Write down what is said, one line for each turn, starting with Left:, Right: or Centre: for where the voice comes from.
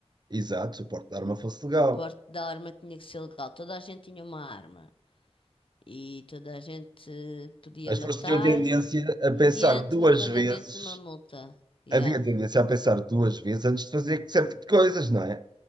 Right: Exato, se o porte de arma fosse legal.
Left: porte da arma tinha que ser legal. Toda a gente tinha uma arma e toda a gente eh, podia
Right: As
Left: matar
Right: pessoas tinham tendência a pensar
Left: mediante
Right: duas
Left: o pagamento
Right: vezes,
Left: de uma multa. Yeah,
Right: havia tendência a pensar duas vezes antes de fazer certo tipo de coisas, não é?